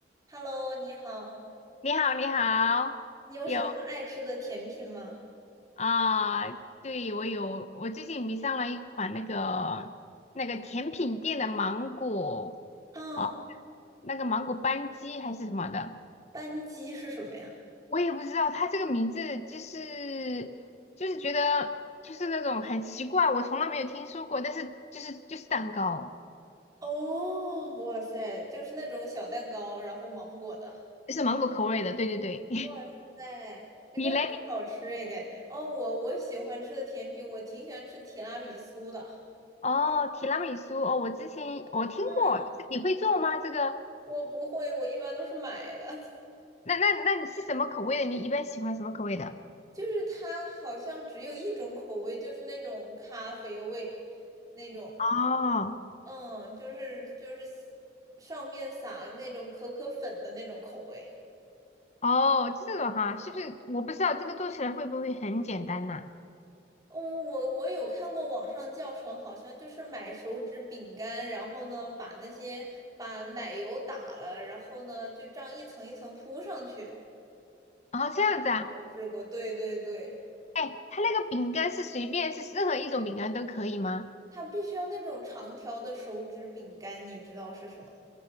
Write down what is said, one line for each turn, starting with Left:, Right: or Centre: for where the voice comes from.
Right: Hello，你好，
Left: 你好，你好，
Right: 你有什么爱吃的甜品吗？
Left: 有啊，对，我有，我最近迷上了一款那个那个甜品店的芒果
Right: 啊，
Left: 啊，那个芒果班戟还是什么的，
Right: 班戟是什么呀？
Left: 我也不知道它这个名字就是就是觉得就是那种很奇怪，我从来没有听说过，但是就是就是蛋糕，
Right: 哦，哇塞，就是那种小蛋糕，然后芒果的。
Left: 就是芒果口味的，对对对，
Right: 哇塞，那就很好吃哎，
Left: <laughs> 你嘞？
Right: 感觉。哦，我我喜欢吃的甜品，我挺喜欢吃提拉米苏的。
Left: 哦，提拉米苏哦，我之前我听过，
Right: 嗯，
Left: 你会做吗？这个？
Right: 我不会，我一般都是买的。<laughs>
Left: 那那那你是什么口味的？你一般喜欢什么口味的？
Right: 就是它好像只有一种口味，就是那种咖啡味，那种。
Left: 哦
Right: 嗯，就是就是上面撒那种可可粉的那种口味。
Left: 哦，就这种哈，是不是？我不知道这个做起来会不会很简单呐、
Right: 嗯，我我有看过网上教程，好像就是买手指饼干，然后呢把那些把奶油打了，然后呢就这样一层一层铺上去。
Left: 哦，这样子啊，
Right: 有试过，对对对，
Left: 哎，它那个饼干是随便是任何一种饼干都可以吗？
Right: 它必须要那种长条的手指饼干，你知道是什么？